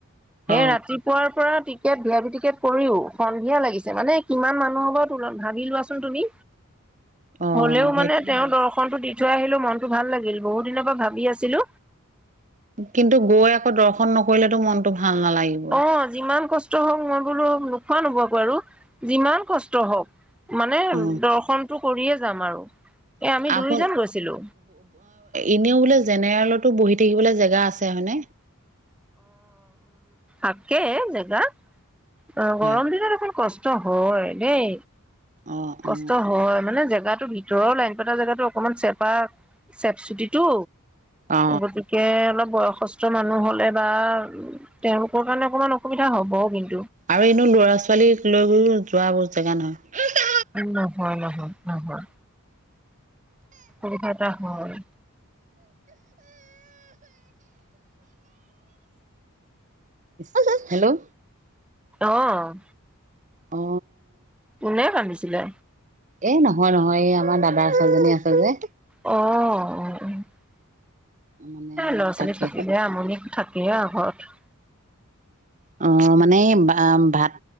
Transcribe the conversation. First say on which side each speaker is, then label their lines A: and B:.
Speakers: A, in the centre; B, on the right.
A: সেই
B: অ
A: ৰাতিপুৱাৰ পৰা কে ভি আই পি টিকেট কৰিও সন্ধিয়া লাগিছে মানে কিমান মানুহ হব তুল ভাবি লোৱাচোন তুমি।
B: অ
A: হ'লেও
B: সেইটো
A: মানে তেওঁ
B: হয়
A: দৰ্শনতটো দি থৈ আহিলে মনো ভাল লাগিল বহু দিনৰ পৰা ভাবি আছ ছিলো।
B: কিন্তু গৈ আকৌ দৰ্শন নকৰিলেতো মনটো ভাল নালাগিব।
A: অ যিমান কষ্ট হওক মই বোলো নোখোৱা নোবোৱাকে আৰু যিমান কষ্ট হওক মানে
B: অ
A: দৰ্শনটো কৰিয়ে যাম আৰু। এ আমি দুইজন
B: আপোন
A: গৈছিলো
B: এনেও বোলে জেনেৰেলত টো বহি থাকিবলৈ জেগা আছে হয়নে?
A: আছে জেগা। অ
B: হয়
A: গৰম দিনত দেখোন কচ টো হয় দেই।
B: অ
A: কষ্ট
B: অ
A: হয় মানে জেগাত টো ভিতৰৰ লাইন পতা জেগাতো অকনমান চেপা চেপ চুটিটো।
B: অ
A: গতিকে অলপ বয়সস্থ মানুহ হ'লে। বা তেওঁলোকৰ কাৰণে অকমান অসুবিধা হব কিন
B: আৰু এনো ল'ৰা ছোৱালীক লৈ গলো যোৱা ব জেগা নহয়
A: নহয় নহয় নহয়। সেইটো কথা হয়।
B: উহু হেল্ল'
A: অঅঅ
B: অ
A: কোনে ভামিছিলে?
B: এ নহয় নহয় এই আমাৰ দাদাৰ ছোৱালী জনী আছে যে
A: অ অ অ
B: মানে
A: এ ল'ৰা
B: তাকে
A: ছোৱালী থাকিলে আমনি থাকে এয়া ঘৰত।
B: অ মানে ভাত